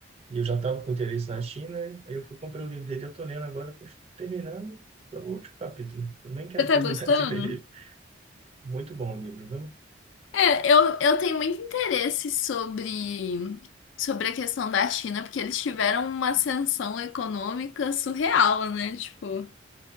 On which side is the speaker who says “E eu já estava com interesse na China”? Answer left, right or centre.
Right